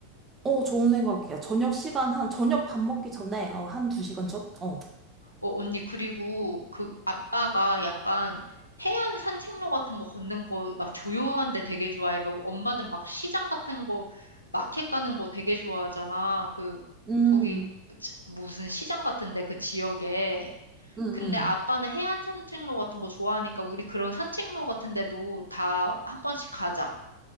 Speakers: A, on the right (about 20°); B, on the left (about 90°).
A: 어, 좋은 생각이야. 저녁 시간 한, 저녁 밥 먹기 전에, 어, 한 두 시간 전? 어.
B: 어, 언니, 그리고 그 아빠가 약간 해안 산책로 같은 거 걷는 거 막 조용한 데 되게 좋아해. 막 엄마는 막 시장 같은 거 마켓 가는 거 되게 좋아하잖아. 그,
A: 음,
B: 거기 지- 무슨 시장 같은데 그 지역에.
A: 음, 음.
B: 근데 아빠는 해안 산책로 같은 거 좋아하니까 우리 그런 산책로 같은 데도 다 한 번씩 가자.